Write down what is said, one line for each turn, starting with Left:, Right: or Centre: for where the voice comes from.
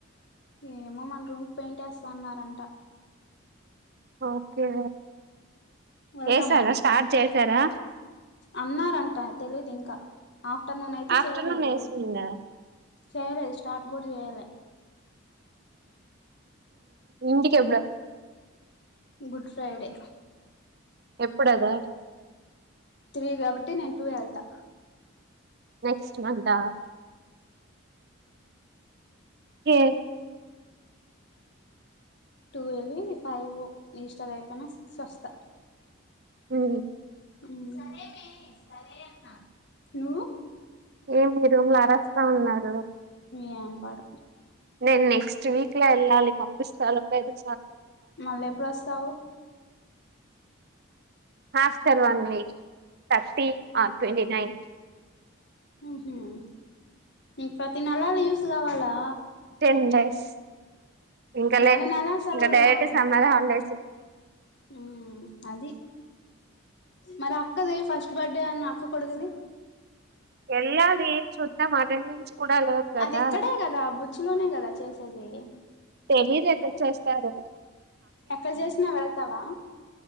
Left: ఏమో మన పెయింట్ వేస్తాన్నారంట
Right: ఓకే స
Left: వెళ్దామా
Right: ఏ సార స్టార్ట్ చే సరా
Left: అన్నారంట తెలీదు ఇంకా ఆఫ్టర్నూన్ అయితే
Right: ఆఫ్టర్నూన్
Left: చేయలేదూ
Right: ఏసిందా
Left: చేయలేదు స్టార్ట్ కూడా చేయలే
Right: ఇంటికి ఎప్పుడ
Left: గుడ్ ఫ్రైడే
Right: ఎప్పుడదా
Left: త్రీ కాబట్టి నేను టూ ఎల్తా
Right: నెక్స్ట్ మంత్ త ఏ
Left: టూ వెళ్ళి ఫైవ్ ఇన్స్టాట్ అయిపోయిన సిక్స్ వస్తా
Right: హ్మ
Left: మ్మ్ సరే అన్న నువ్
Right: ఏమి రూమ్లుారస్తా ఉన్నారు
Left: ఏం పాడు
Right: నేను నెక్స్ట్ వీక్ లా ఎల్లాలి పంపిస్తారొ లేదొ
Left: మళ్ళీ ఎప్పుడు వాస్తవ
Right: హాస్టల్ వన్ వీక్ థర్టీ ఆ ట్వంట నైన్
Left: మ్మ్ హ్మ్ ఇ ప్రతి నెలలు యూస్ కావాలా
Right: టెన్ డేస్ ఇంకలే
Left: నేల నేల సెలవులు
Right: ఇంకా డైరెక్ట్
Left: కావలి నికు
Right: సమ్మర్ హాలిడేస్
Left: మ్మ్ అది మరి అక్కది ఫస్ట్ బర్డే అన్న అక్క కొడుకు ది
Right: వెళ్ళాలి చూద్దాం అటెండెన్స్ కూడా లేదు కదా
Left: అది ఇక్కడే కదా బుచ్చిలోనే కదా చేసేది అయితే
Right: తెలీద చేస్తారు ఏమో
Left: ఎక్కడ చేసినా వెళ్తావా